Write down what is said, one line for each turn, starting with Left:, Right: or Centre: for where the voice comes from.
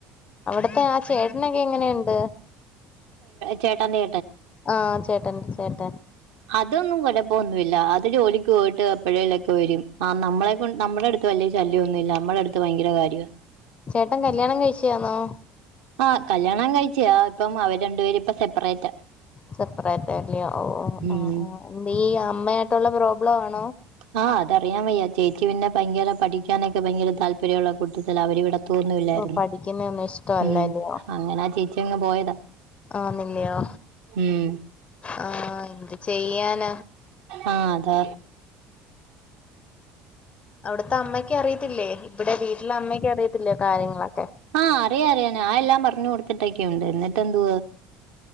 Left: അവിടത്തെ ആ ചേട്ടനൊക്കെ എങ്ങനെയുണ്ട്?
Right: ചേട്ടാന്റെ
Left: ആ ചേട്ടൻ ചേട്ടാൻ
Right: അതൊന്നും കുഴപ്പൊന്നുമില്ല. അത് ജോലിക്ക് പോയിട്ട് എപ്പോഴേലൊക്കെ വരും ആ നമ്മളെ നമ്മുടെ അടുത്ത് വലിയ ശല്യംന്നുമില്ല മ്മുടെ അടുത്ത് ഭയങ്കര കാര്യമാണ്.
Left: ചേട്ടൻ കല്യാണം കഴിച്ചാന്നോ?
Right: ആ കല്യാണം കഴിച്ച ഇപ്പം അവര് രണ്ടു പേര് ഇപ്പ സെപ്പറേറ്റ്.
Left: സെപ്പറേറ്റ് അല്ല ഓ
Right: ഉം
Left: ഓ ഈ അമ്മയായിട്ടുള്ള പ്രോബ്ലം ആണോ?
Right: ആഹ് അതഅറിയൻവയ്യചേച്ചിപിന്നെ ഭയങ്കര പഠിക്കാനൊക്കെ ഭയങ്കര താല്പര്യമുള്ള കൂട്ടത്തി അവര ഇവിടെ തോന്നില്ലായിരുന്നു
Left: ഓ പഠിക്കുന്നയൊന്നും ഇഷ്ടവല്ലല്ലയോ
Right: ഉം, അങ്ങനെ ആ ചേച്ചിങ്ങ് പോയതാ.
Left: ആന്നില്ലയോ.
Right: ഉം
Left: ആ എന്ത് ചെയ്യാന.
Right: ആ അതാ.
Left: ഇപ്പ അമ്മയ്ക്ക് അറിയത്തില്ലേ, ഇവിടെ വീട്ടിലെ അമ്മയ്ക്ക് അറിയത്തില്ലേ കാര്യങ്ങളൊക്കെ?
Right: ആ അറിയ അറിയാ ഞാൻ എല്ലാം പറഞ്ഞു കൊടുത്തിട്ടൊക്കെയുണ്ട്, എന്നിട്ട് എന്തോ.